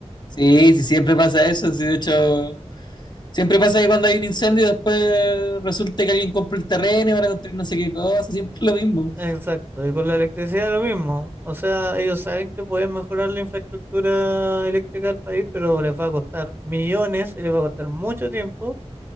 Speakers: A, on the left; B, on the right.
A: Sí, sí, siempre pasa eso. Sí, de hecho, Siempre pasa que cuando hay un incendio y después resulta que alguien compra el terreno y van a construir no sé qué cosa, siempre lo mismo.
B: Exacto. Y con la electricidad lo mismo. O sea, ellos saben que pueden mejorar la infraestructura eléctrica del país, pero les va a costar millones y les va a costar mucho tiempo